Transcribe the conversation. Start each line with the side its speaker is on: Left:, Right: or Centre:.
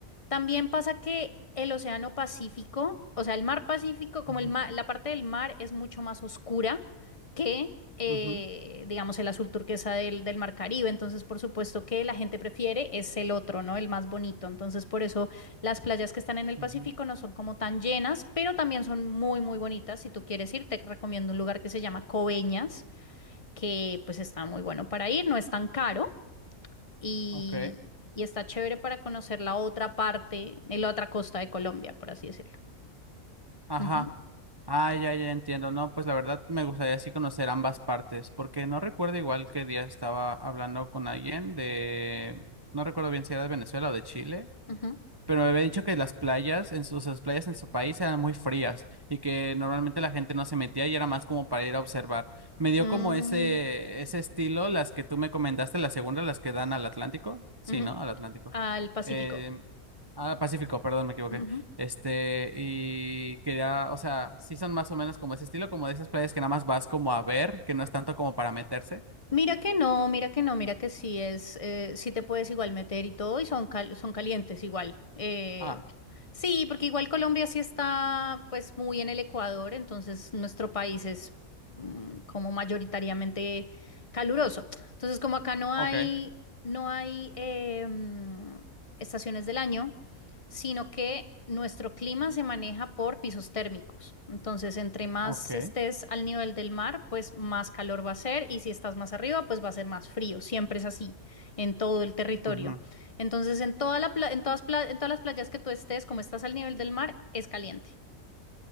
Left: también pasa que el Océano Pacífico, o sea, el mar Pacífico, como
Right: Ujú,
Left: el ma- la parte del mar es mucho más oscura que, eh,
Right: ujú,
Left: digamos, el azul turquesa del, del mar Caribe. Entonces, por supuesto que la gente prefiere es el otro, ¿no? El más bonito. Entonces, por eso las playas que están en el
Right: ujú,
Left: Pacífico no son como tan llenas, pero también son muy, muy bonitas. Si tú quieres ir, te recomiendo un lugar que se llama Coveñas, que pues está muy bueno para ir, no es tan caro y,
Right: Ok.
Left: y está chévere para conocer la otra parte, y la otra costa de Colombia, por así decirlo.
Right: Ajá.
Left: Ujú,
Right: Ah, ya, ya entiendo. No, pues la verdad me gustaría así conocer ambas partes, porque no recuerdo igual qué día estaba hablando con alguien de, no recuerdo bien si era de Venezuela o de Chile,
Left: ujú.
Right: Pero me había dicho que las playas en sus las playas en su país eran muy frías y que normalmente la gente no se metía y era más como para ir a observar. Me dio
Left: Mm,
Right: como ese ese estilo las que tú me comentaste, las segundas, las que dan al Atlántico. Sí,
Left: ujú.
Right: ¿no? Al Atlántico.
Left: Al Pacífico.
Right: Eh, al Pacífico, perdón, me equivoqué.
Left: Ujú.
Right: Este, y que ya, o sea, sí son más o menos como ese estilo, como de esas playas que nada más vas como a ver, que no es tanto como para meterse.
Left: Mira que no, mira que no, mira que sí es, eh, sí te puedes igual meter y todo y son, cal- son calientes igual. Eh,
Right: Ah,
Left: sí, porque igual Colombia sí está pues muy en el Ecuador, entonces nuestro país es mm, como mayoritariamente caluroso. Entonces como acá no hay,
Right: ok,
Left: no hay eh, mm, estaciones del año, sino que nuestro clima se maneja por pisos térmicos. Entonces, entre más
Right: ok.
Left: estés al nivel del mar, pues más calor va a ser y si estás más arriba, pues va a ser más frío. Siempre es así en todo el territorio.
Right: Ujú.
Left: Entonces, en toda la pla- en todas, pla- en todas las playas que tú estés, como estás al nivel del mar, es caliente.